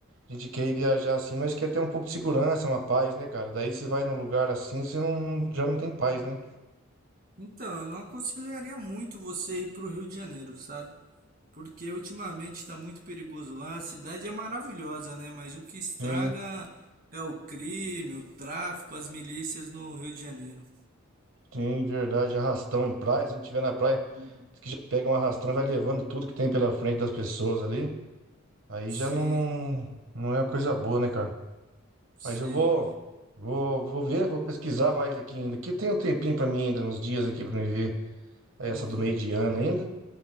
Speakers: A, on the right; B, on the right.
A: a gente quer ir viajar assim, mas quer ter um pouco de segurança, uma paz, né, cara? Daí você vai num lugar assim, você não, já não tem paz, né?
B: então, eu não aconselharia muito você ir pro Rio de Janeiro, sabe? Porque ultimamente está muito perigoso lá. A cidade é maravilhosa, né? Mas o que estraga
A: Sim.
B: é o crime, o tráfico, as milícias no Rio de Janeiro.
A: Sim, verdade. Arrastão em praia. Se a gente estiver na praia,
B: Uhum.
A: diz que já pega um arrastão e vai levando tudo que tem pela frente das pessoas ali. Aí
B: Sim,
A: já não, não, não é uma coisa boa, né, cara?
B: sim.
A: Mas eu vou, vou, vou ver, vou pesquisar mais aqui ainda. Que tem um tempinho pra mim ainda, uns dias aqui pra me ver essa
B: Uhum,
A: do meio de ano ainda.